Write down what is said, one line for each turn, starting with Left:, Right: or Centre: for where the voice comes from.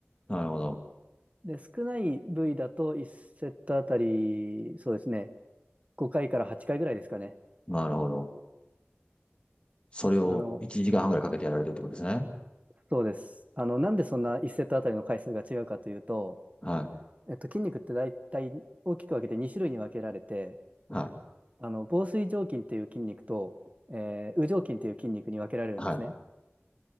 Left: なるほど。
Right: で、少ない部位だと1セットあたり、そうですね、5回から8回ぐらいですかね。
Left: なるほど。それを1時間半ぐらいかけてやられてるってことですね。
Right: あの、そうです。あの、なんでそんな1セットあたりの回数が違うかというと、
Left: は
Right: えっと、筋肉って大体大きく分けて2種類に分けられて、
Left: い。はい。
Right: あの、紡錘状筋っていう筋肉と、えー、羽状筋っていう筋肉に分けられるんですね。
Left: はい。